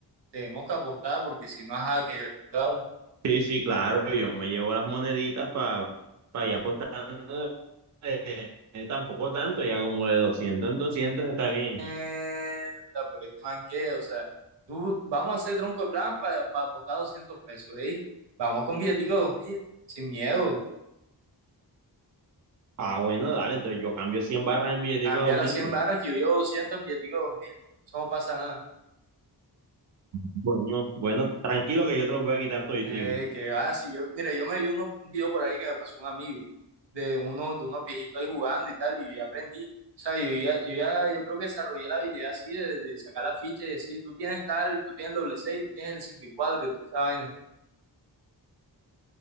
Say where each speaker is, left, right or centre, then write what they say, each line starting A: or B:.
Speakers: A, on the right (about 80°); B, on the right (about 45°).
A: tenemos que apostar, porque si no, ajá, que vamos,
B: Sí, sí, claro, yo me llevo las moneditas para allá apostando eh, eh, tampoco tanto, ya como de 200 en 200 está bien.
A: mierda, pero este man qué, o sea, tú, vamos a hacer tronco el plan para, para apostar 200 pesos, ¿eh? Vamos con billetico de 2000 sin miedo,
B: Ah, bueno, dale, entonces yo cambio 100 barras en billetico
A: a enviar
B: de dos mil
A: las 100
B: pues
A: barras que yo llevo 200 en billetico de 2000, eso no pasa nada.
B: bueno, bueno, tranquilo que yo te los voy a quitar toditico.
A: Ey, qué va, si yo, mira, yo me vi uno- un video por ahí que me pasó un amigo de uno, de unos viejitos ahí jugando y tal, y aprendí. O sea, yo ya, yo ya, yo creo que desarrollé la habilidad así de, de sacar la ficha y decir, tú tienes tal, tú tienes el doble seis, tú tienes el 5 y 4 y toda esa vaina.